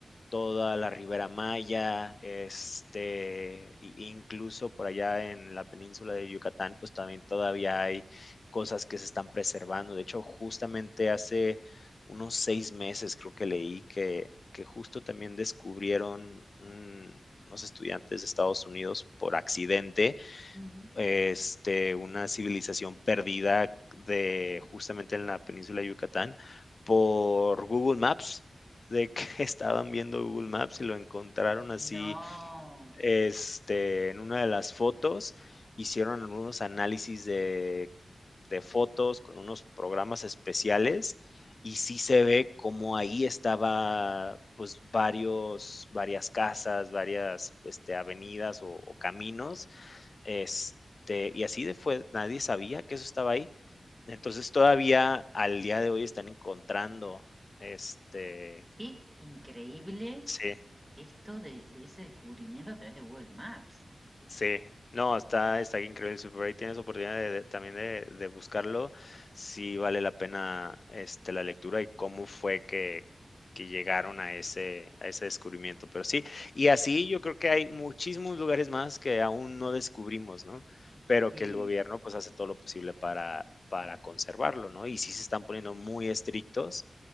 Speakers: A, on the left (about 55°); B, in the centre.
A: toda la Ribera Maya, este, incluso por allá en la península de Yucatán, pues también todavía hay cosas que se están preservando. De hecho, justamente hace unos seis meses creo que leí que, que justo también descubrieron un- unos estudiantes de Estados Unidos por accidente
B: Mm.
A: este, una civilización perdida de justamente en la península de Yucatán por Google Maps, de que <laughs> estaban viendo Google Maps y lo encontraron así
B: No.
A: este, en una de las fotos hicieron unos análisis de, de fotos con unos programas especiales y sí se ve como ahí estaba pues varios, varias casas, varias este, avenidas o, o caminos, este, y así de fue, nadie sabía que eso estaba ahí. Entonces todavía al día de hoy están encontrando, este,
B: Qué increíble
A: sí,
B: esto de, de ese descubrimiento a través de Google Maps.
A: Sí, no, está está increíble. Si por ahí tienes oportunidad de de también de de buscarlo, sí vale la pena, este, la lectura y cómo fue que que llegaron a ese a ese descubrimiento. Pero sí, y así yo creo que hay muchísimos lugares más que aún no descubrimos, ¿no? Pero
B: Y,
A: que el gobierno, pues, hace todo lo posible para para conservarlo, ¿no? Y sí se están poniendo muy estrictos,